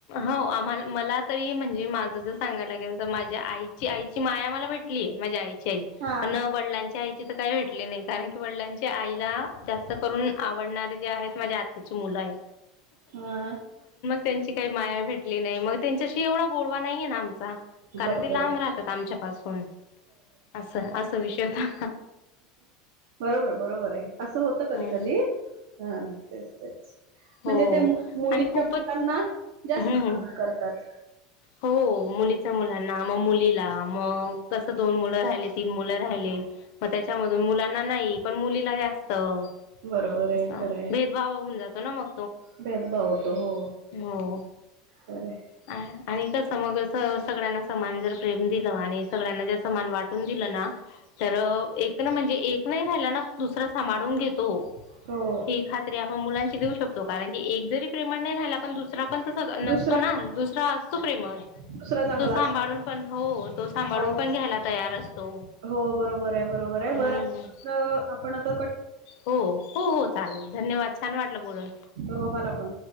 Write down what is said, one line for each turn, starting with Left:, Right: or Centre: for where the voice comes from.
Left: हो आम मला तरी म्हणजे माज जस सांगायला गेल तर माझ्या आईची- आईची माय आम्ह कि माझ्या आईची आई
Right: हा
Left: पण वडलांच्या आईची तर काही भेटली नाही कारण की वडिलांची आईला जास्त करून आवडणारे जे आहेत माझ्या आत्त्याची मुलं नाहीय,
Right: हा,
Left: त्यांची काही माया भेटली नाही मग त्यांच्याशी एवढा गोडवा नाही आहेे ना कारण
Right: बरोबर
Left: ते लांब
Right: आहे
Left: राहतात आमच्या पाासून असं अस विषयता
Right: बरोबर-बरोबर आहे असं होत कधी-कधी
Left: हम्म.
Right: हा तेच तेच
Left: हो
Right: म्हणजे ते मुलीच्या
Left: आणि खूपच
Right: मुलांना जास्त
Left: हम्म
Right: जमा करतात
Left: हो मुली, <unintelligible> मुलांना नाही पण मुलीला जास्त अस
Right: बरोबर आहे खरंय
Left: भेदभाव होऊन जातो ना मग
Right: भेदभाव होतो हो
Left: हो
Right: खरे
Left: आणि का समग स सगळ्यांना समान जर प्रेम दिलं आणि सगळ्यांना जर समान वाटून दिलं ना तर एक ना म्हणजे एक नाही खायला ना तो दुसरा सांभाळून घेतो
Right: हो
Left: ही खात्री आपण मुलांची देऊ शकतो कारण की एक जरी प्रेमाण नाही राला आपण दुस दुसरा पण तसा
Right: दुसरा
Left: सतो ना दुसरा असतो प्रेमळ.
Right: दुसरा चांगला
Left: तो सांभाळून
Right: असतो
Left: पण हो तो सांभाळून
Right: हो
Left: पण घ्यायला तयार असतो.
Right: हो बरोबर बर
Left: हम्म.
Right: आपणच.
Left: हो हो हो चालेल धन्यवाद. छान वाटलं बोलून.
Right: हो मला पण